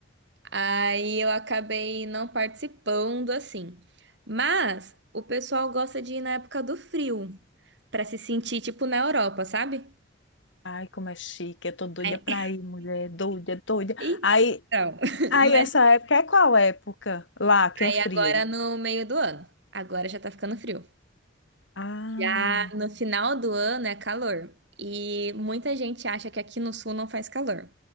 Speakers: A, on the right (about 60°); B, on the left (about 70°).
A: Aí eu acabei não participando assim. Mas o pessoal gosta de ir na época do frio, pra se sentir tipo na Europa, sabe?
B: Ai, como é chique, eu tô doida
A: É.
B: pra ir, mulher, doida, doida.
A: Então,
B: Aí
A: <laughs>
B: Aí,
A: mas
B: essa época é qual época? Lá, que
A: aí
B: é frio.
A: agora no meio do ano. Agora já tá ficando frio.
B: Ah,
A: Já no final do ano é calor. E muita gente acha que aqui no sul não faz calor.